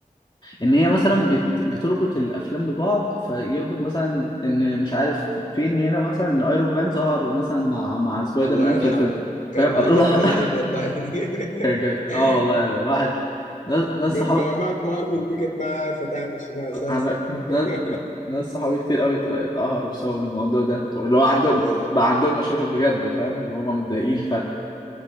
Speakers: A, on the left (about 30°); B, on the left (about 60°).
A: ان هي مثلا بت بتربط الافلام ببعض فيربط مثلا ان مش عارف فين هنا مثلا ان ايرون مان ظهر مثلا مع مع سبايدر
B: الله
A: مان
B: يرحمه
A: في الفيلم
B: كان
A: فاهم
B: راجل
A: الله
B: طيب والله
A: <laughs> كان جميل.
B: <laughs>
A: اه والله الواحد ده ده
B: من
A: الصحاب
B: ما مات مارفل بقت ما عارفه تعمل شنو اساسا
A: انا
B: <laughs>
A: ناس ناس صحابي كتير قوي ات- اتقهروا بسبب الموضوع ده اللي هو عندهم
B: والله
A: بقى عندهم مشاكل بجد فاهم اللي هم متضايقين فعلا